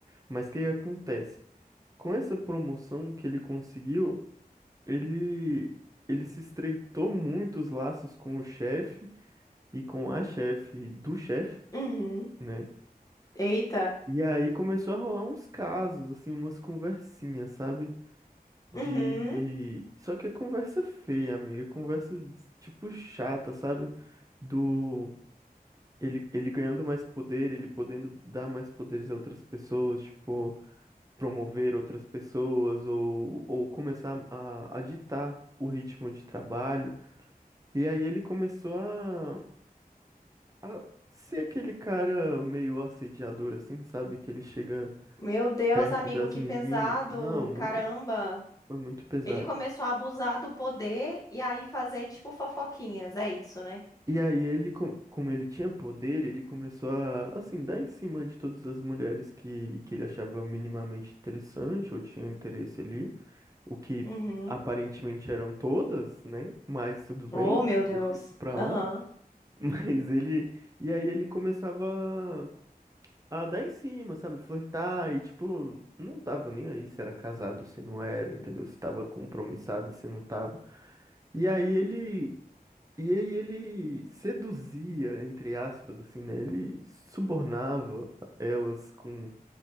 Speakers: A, on the right; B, on the left.
A: Mas o que acontece? Com essa promoção que ele conseguiu, ele, ele se estreitou muito os laços com o chefe e com a chefe do chefe,
B: Uhum.
A: né?
B: Eita.
A: E aí começou a rolar uns casos, assim, umas conversinhas, sabe? De.
B: Uhum.
A: Só que é conversa feia, amiga. Conversa, tipo, chata, sabe? Do. Ele, ele ganhando mais poder, ele podendo dar mais poderes a outras pessoas, tipo, promover outras pessoas ou, ou começar a, a ditar o ritmo de trabalho. E aí ele começou a, a ser aquele cara meio assediador, assim, sabe? Que ele chega
B: Meu Deus,
A: perto
B: amigo,
A: das
B: que
A: meninas.
B: pesado!
A: Não, muito,
B: Caramba!
A: foi muito pesado.
B: Ele começou a abusar do poder e aí fazer, tipo, fofoquinhas. É isso, né?
A: E aí ele, co- como ele tinha poder, ele começou a, assim, dar em cima de todas as mulheres que, que ele achava minimamente interessante ou tinha interesse ali. o que
B: Uhum.
A: aparentemente eram todas, né? Mas tudo bem,
B: Oh, meu
A: deixa
B: Deus.
A: isso pra
B: Aham.
A: lá. <laughs> Mas ele. E aí ele começava a dar em cima, sabe? Flertar e, tipo, não tava nem aí se era casado, se não era, entendeu? Se tava compromissado, se não tava. E aí ele. E aí ele seduzia, entre aspas, assim, né? Ele subornava elas com